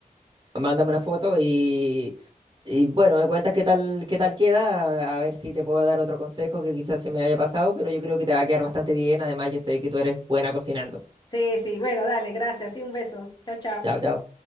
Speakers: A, on the right (about 30°); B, on the left (about 30°).
A: Mándame una foto y, y bueno, me cuentas qué tal, qué tal queda, a, a ver si te puedo dar otro consejo que quizás se me haya pasado, pero yo creo que te va a quedar bastante bien. Además, yo sé que tú eres buena cocinando.
B: Sí, sí, bueno, dale, gracias. Sí, un beso. Chao, chao.
A: Chao, chao.